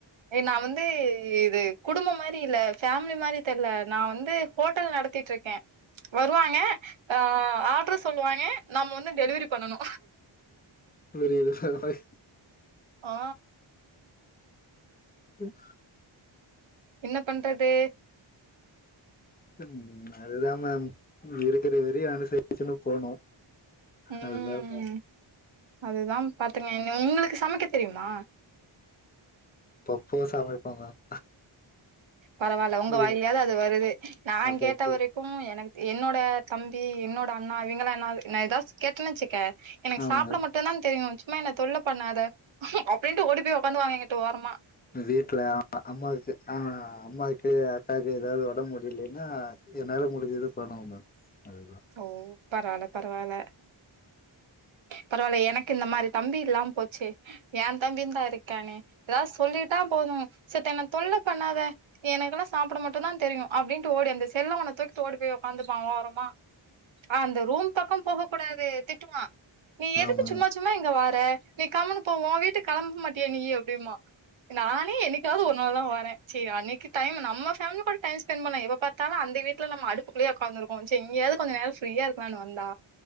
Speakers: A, on the right; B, on the left.
A: நான் வந்து இது குடும்ப மாரி இல்ல ஃபேமிலி மாரி தெர்ல நான் வந்து ஹோட்டல் நடத்திட்டு இருக் க்கே வருவாங்க ஆ ஆர்டர் சொல்லுவாங்க நம்ம வந்து டெலிவரி பண்ணனு
B: புரிய சர்வய்
A: ஆ
B: ம்
A: என்ன பண்றது
B: ம் அதுதா மேம் இருக்கிற வெரி அனுசரிச்சன்னு போனு
A: ம்
B: அதுதா மேம்
A: அதுதா பத் <unintelligible> உங்களுக்கு சமைக்க தெரியுமா
B: ப்போ சமைப்ப மேம்
A: பரவால்ல உங்க
B: ம்
A: வாய்லையாவ்து அது வருதே நா
B: அப்பப்போ
A: கேட்ட வரைக்கு எனக் என்னோ ட தம்பி என்னோட அண்ணா இவிங்கல்லா என்னாது நா ஏதாஸ் கேட்டனு வெச்சுக்க எனக்
B: ஆ
A: சாப்ட
B: மேம்
A: மட்டுந்தா தெரியு ச் ம்மா என்ன தொல்ல பண்ணாத அப்டின்ட்டு ஓடி போய் உக்காந்துவாங்க எங்கிட்ட ஓரமா
B: வீட்ல அம்மா வச்சு ஆ அம்மாக்கு அக்காக்கு எதாவது ஒடம்பு முடிலீன்னா என்னால முடிஞ்சது பண்ணுவ மேம் அதுதா
A: ஸோ பரவால பரவால பரவால்ல எனக்கு இந்த மாரி தம்பி இல்லாம போச்சே ஏ தம்பிந்தா இருக்கானே எதாவது சொல்லிட்டா போது செத்த என்ன தொல்ல பண்ணாத எனக்குலா சாப்பட மட்டுந்தா தெரியு அப்டின்ட்டு ஓடி அந்த செல்ல ஒன்ன தூக்கிட்டு ஓடி போய் ஒக்காந்துப்பா ஓரமா ஆ அந்த ரூம் பக்கம் போக குடாது திட்டுமா நீ எதுக்கு
B: ஆமா
A: சும்மா
B: மேம்.
A: சும்மா இங்க வா த்த நீ கம்முனு போ வோ வீட்டு கெளம்ப மாட்டிய நீயி அப்டிம்பா நானே என்னிக் காவது ஒரு நாள் தா வரே செரி அன்னைக்கு டைம் நம்ம பேமிலி கூட டைம் ஸ்பெண்ட் பண்ண எப்ப பாத்தாலு அந்த வீட்ல நம் அடுப்புக்குள்ளே ஒக்காந்துருக்கோ சே இங்கயாது கொஞ்ச நேரோ ஃப்ரீயா இருக்கலான்னு வந்தா